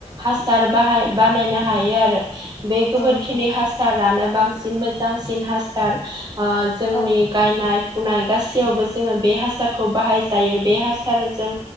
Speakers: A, on the right (about 35°); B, on the left (about 20°).
A: हास सार बाहाय बानायनो हायो आरो बे गोबोरखिनि
B: औ नोंथां
A: हास सारानो बांसिन मोजांसिन हासार ओ जोंनि
B: औ
A: गायनाय फुनाय गासैयावबो जोङो बे हासारखौ बाहायजायो बे हासारजों